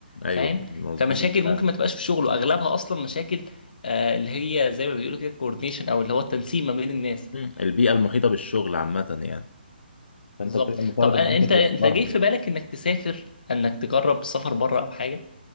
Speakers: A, on the left (about 85°); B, on the left (about 50°).
A: ايوه
B: فاهم
A: مظبوط
B: فمشاكل
A: فعلا
B: ممكن ما تبقاش في شغله اغلبها اصلا مشاكل آه، اللي هي زي ما بيقولوا كده كوردينيشن او اللي هو التنسيق ما بين الناس
A: مم. البيئه المحيطه بالشغل عامه يعني فانت
B: بالظبط
A: بتبقى مطالب
B: طب أنا-
A: ان
B: انت
A: انت توفرها
B: انت جاي في بالك انك تسافر انك تجرب السفر بره او حاجه